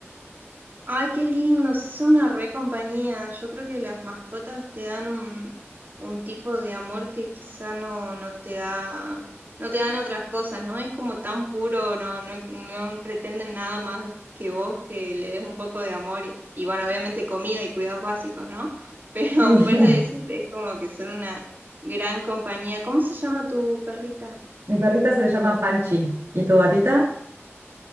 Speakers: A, on the right; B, on the right.
A: Ay, qué lindo, sí son una re compañía. Yo creo que las mascotas te dan un, un tipo de amor que quizá no, no te da, no te dan otras cosas, ¿no? Es como tan puro, no, no, no pretenden nada más que vos que le des un poco de amor y, y bueno, obviamente comida y cuidados básicos, ¿no? Pero
B: Sí,
A: <laughs> fuera de eso es como que son una gran compañía. ¿Cómo se llama tu perrita?
B: <laughs> mi perrita se llama Panchi. ¿Y tu gatita?